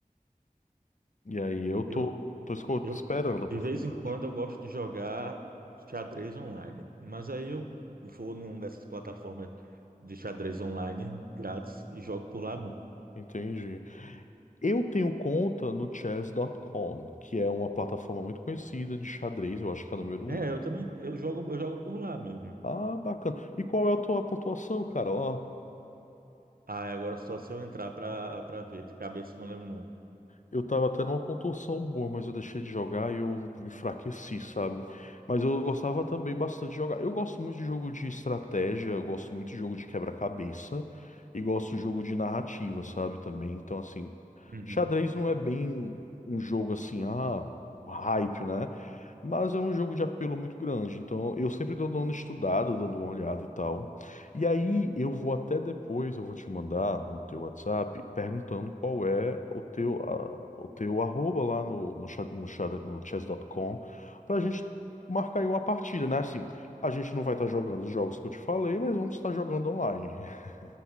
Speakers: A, on the left; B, on the right.
A: E aí eu tô,
B: Eu,
A: tô esco-
B: Eu,
A: esperando
B: de
A: a oportunidade.
B: vez em quando eu gosto de jogar xadrez online, mas aí eu vou numa dessas plataformas de xadrez online grátis e jogo por lá mesmo.
A: Entendi. Eu tenho conta no chess.com, que é uma plataforma muito conhecida de xadrez, eu acho que é a número um.
B: É, eu também, eu jogo, eu jogo por lá mesmo.
A: Ah, bacana. E qual é a tua pontuação, cara? Ó.
B: Ah, é, agora só se eu entrar pra, pra ver, de cabeça eu não lembro não.
A: Eu tava até numa pontuação boa, mas eu deixei de jogar e eu enfraqueci, sabe? Mas eu gostava também bastante de jogar. Eu gosto muito de jogo de estratégia, eu gosto muito de jogo de quebra-cabeça e gosto de jogo de narrativa, sabe? Também. Então, assim,
B: Uhum.
A: xadrez não é bem um jogo assim, ah, hype, né? Mas é um jogo de apelo muito grande. Então, eu sempre tô dando uma estudada, dando uma olhada e tal. E aí, eu vou até depois, eu vou te mandar no teu WhatsApp perguntando qual é o teu, a- o teu arroba lá no, no, chat- no, chat- no chess.com pra gente marcar aí uma partida, né? Assim, a gente não vai estar jogando os jogos que eu te falei, mas vamos estar jogando online. <laughs>